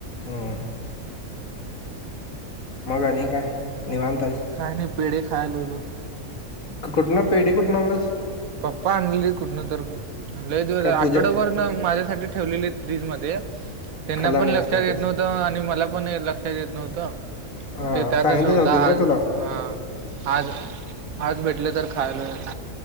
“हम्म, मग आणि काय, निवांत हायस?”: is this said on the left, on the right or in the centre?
Left